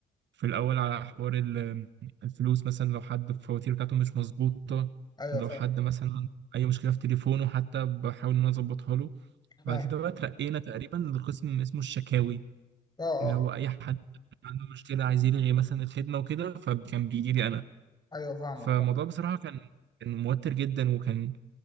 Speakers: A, on the right; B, on the left.
A: في الاول على حوار ال- الفلوس مثلا لو حد الفواتير بتاعته مش مظبوطه
B: ايوه
A: لو
B: فاهم
A: حد مثلا عنده اي مشكله في تليفونه حتى بحاول ان انا اظبطها له
B: فاهم
A: بعد كده بقى اترقينا تقريبا لقسم اسمه الشكاوي
B: اه اه
A: اللي هو اي حد عنده مشكله عايز يلغي مثلا الخدمه وكده فكان بيجي لي انا
B: ايوه فاهمك
A: فالموضوع
B: فاهم.
A: بصراحه كان كان موتر جدا وكان